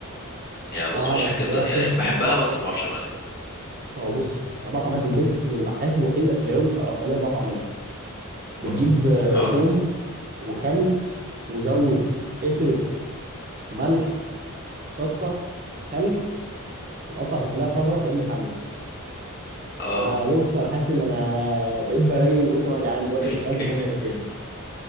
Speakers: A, on the left; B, on the right.
A: يعني بص
B: اعرف
A: ماليش في الكبده
B: واحد
A: يعني بحبها بس ما اعرفش اعملها
B: هو بص انا بعرف اعملها في البيت من الحاجات الوحيده غالبا الاقليه اللي بعرف اعملها بتجيب
A: برضو
B: آه،
A: اه
B: توم وخل وزود اترس ملح شطه خل وتقطع في الفلاحه خضراء فاهمني حاميه
A: اه
B: انا بص انا حاسس ان انا بقيت برايل من كتر ما انا جعان دلوقتي وتخيلت
A: <laughs>
B: منظر الكبده